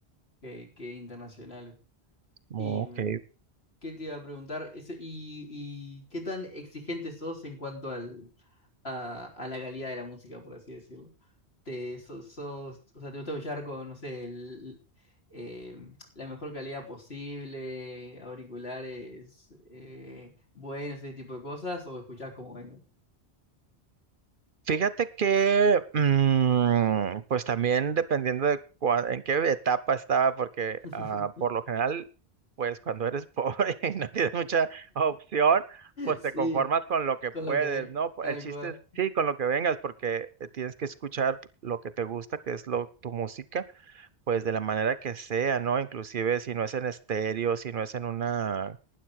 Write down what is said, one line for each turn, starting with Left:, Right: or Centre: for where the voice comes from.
Left: que, que internacionales.
Right: Ok.
Left: ¿Y mm, qué te iba a preguntar? Ese- y, y qué tan exigente sos en cuanto al, a, a la calidad de la música, por así decirlo. Te, sos, sos- o sea, te gusta escuchar con, no sé, el- eh, la mejor calidad posible, auriculares eh, buenos, ese tipo de cosas, o escuchás como venga.
Right: Fíjate que, mm, pues también dependiendo de cua- en qué etapa estaba, porque
Left: <laughs>
Right: ah, por lo general, pues cuando eres pobre <laughs> y no tienes mucha opción, pues
Left: Sí,
Right: te conformas con lo que
Left: con
Right: puedes,
Left: lo que ve,
Right: ¿no?
Left: tal
Right: El chiste
Left: cual.
Right: es, sí, con lo que vengas, porque eh, tienes que escuchar lo que te gusta, que es lo, tu música, pues de la manera que sea, ¿no? Inclusive si no es en estéreo, si no es en una